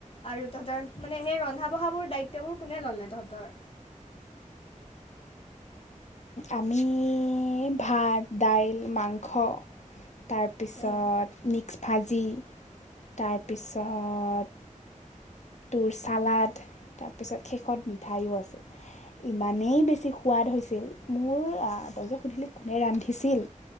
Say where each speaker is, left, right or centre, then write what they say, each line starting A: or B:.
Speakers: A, on the left; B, on the left.
A: আৰু তহঁতৰ মানে সেই ৰন্ধা বঢ়াাবোৰ দায়িত্ববোৰ কোনে ললে তহঁতৰ।
B: আমি ভাত দাইল মাংস। তাৰপিছত
A: উম
B: মিক্স। ভাজি। তাৰপিছত। তোৰ চালড তাৰ। তাৰপিছত শেষত মিঠাইও আছিল ইমানেই বেছি সোৱাদ হৈছিল। মোৰ আহ তই যে সুধিলি কোনে ৰান্ধি। সিঁছিল।